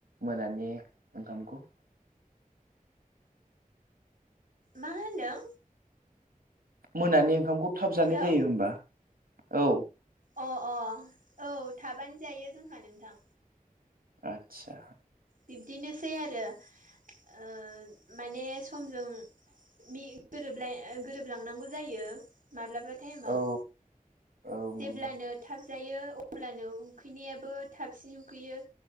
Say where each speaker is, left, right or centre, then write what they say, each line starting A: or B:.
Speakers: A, on the right (about 85°); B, on the right (about 65°).
A: मोनानि ओंखामखौ
B: मा होनदों
A: मोनानि ओंखामखौ थाब जानाय
B: हेलौ
A: जायो होनबा औ
B: अ अ औ थाबानो जायो जोंहा नोंथां
A: आतसा
B: बिब्दिनोसै आरो ओ माने समजों मि गोरोबलाय ओ गोरोबलांनांगौ जायो माब्लाबा ताइम
A: औ
B: आव
A: औ
B: जेब्लानो
A: नंगौ
B: थाब जायो अब्लानो उखैनायाबो थाबसिन उखैयो